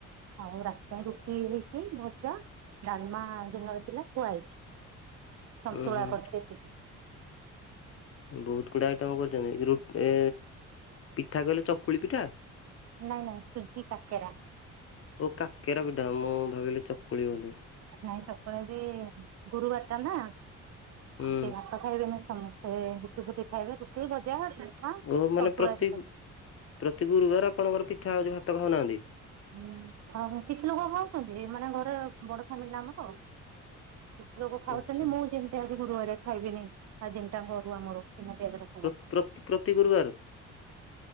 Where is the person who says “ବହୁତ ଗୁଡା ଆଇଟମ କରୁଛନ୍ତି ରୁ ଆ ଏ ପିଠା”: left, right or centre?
Left